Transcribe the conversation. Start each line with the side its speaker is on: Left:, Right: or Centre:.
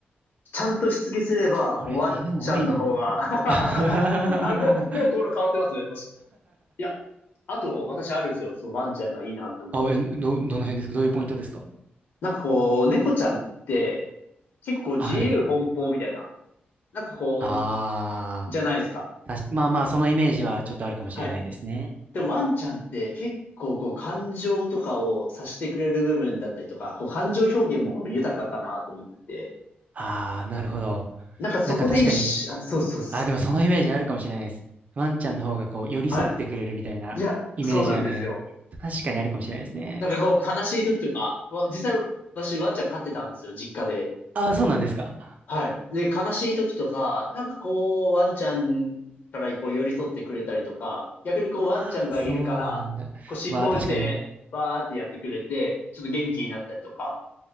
Left: ちゃんとしつけすれば、
Right: あれ、
Left: こうワンちゃんの方が
Right: 犬もありなのかな
Left: <laughs>
Right: <laughs>
Left: あれ、もう、もうこの変わってますね。もし。いや、あと、私あるんですよ。そのワンちゃんがいいなと思う理由。
Right: あ、え、ど、どの辺ですかどういうポイントですか
Left: なんかこう、猫ちゃんって、結構自由奔放みたいな。
Right: はい。
Left: なんかこう、
Right: ああ、
Left: じゃないですか。
Right: 確まあまあ、そのイメージはちょっとあるかもしれないですね。
Left: はい。でもワンちゃんって結構こう、感情とかを察してくれる部分だったりとか、こう、感情表現もこう豊かかなと思ってて。
Right: ああ、なるほど。
Left: なんかそこで一緒、
Right: なんか確かに、
Left: あそうそうそ
Right: あ、でもそのイメージあるかもしれないです。ワンちゃんの方がこう、寄り添ってくれるみたいなイメージはね、
Left: うはい。いや、そうなんですよ。
Right: 確かにあるかもしれないですね。
Left: なんかこう、悲しい時とか、わ実際私ワンちゃん飼ってたんですよ、実家で。
Right: あ、そうなんですか。
Left: はい。で、悲しい時とか、なんかこう、ワンちゃんからこう寄り添ってくれたりとか、逆にこう、ワンちゃんがいるから、
Right: あ、そうなんだ。
Left: こう、尻尾振って、
Right: わあ、確かに。
Left: わーってやってくれて、ちょっと元気になったりとか。